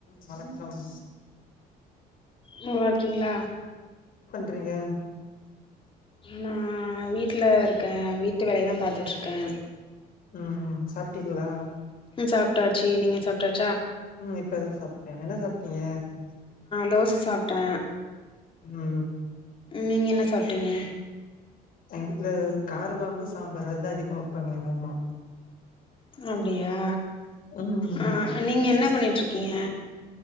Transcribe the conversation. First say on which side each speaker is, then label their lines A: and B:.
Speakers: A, on the left; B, on the left.
A: வணக்கம்
B: நல்லாருக்கிங்ளா
A: றிங்க
B: நா வீட்ல இருக்கே வீட்டு வேலையதா பாத்துட்டுருக்கே
A: உம் ம் சாப்ட்டிங்ளா
B: சாப்ட்டாச்சு நீங்க சாப்ட்டாச்
A: உம் இப்பதா சாப்ட்டே என்ன சாப்ட்டீங்க
B: தோச சாப்ட்டே
A: உம்
B: நீங்கள் என்ன சாப்ட்டீங்க
A: எங்க வீட்டுல காரக்கொழம்பு சாம்பாரு அதா அதிகமா வைப்பாங்க எங்க அம்மா
B: அப்டியா
A: ம்
B: ஆ நீங்க என்னப் பண்ணிட்டு இருக்கீங்க